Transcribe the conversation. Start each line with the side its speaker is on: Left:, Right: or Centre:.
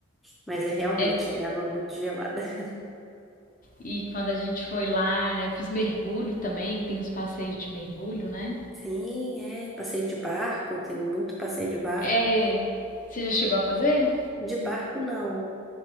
Centre: Mas é realmente,
Left: É,
Centre: é água muito gelada. <laughs>
Left: e quando a gente foi lá, eu fiz mergulho também, tem uns passeios de mergulho, né?
Centre: Sim, é. Passeio de barco, tem muito passeio de barco.
Left: É. Você já chegou a fazer?
Centre: De barco, não.